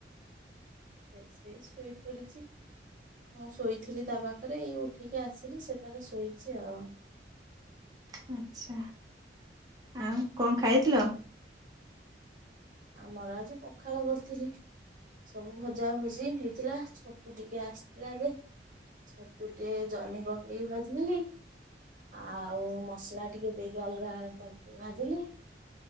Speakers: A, on the right; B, on the right.
A: ସେ ସେଇ ଶୋଇ ପଡିଚି। ମୁଁ ଶୋଇଥିଲି ତା ପାଖରେ ଏଇ ଉଠିକି ଆସିଲି ସେ ତାର ଶୋଇଛି ଆଉ।
B: ଆଛା ଆଉ କଁ ଖାଇଥିଲ?
A: ଆମର ଆଜି ପଖାଳ କରିଥିଲି। ସବୁ ଭଜା ଭଜି ହେଇଥିଲା, ଛତୁ ଟିକେ ଆସିଥିଲା ଯେ ଛତୁ ଟିଏ ଜହ୍ନି ପକେଇ ଭାଜଦେଲି। ଆଉ ମସଲା ଟିକେ ଦେଇକି ଅଲଗା ତା ଭିତରେ ଭାଜିଲି।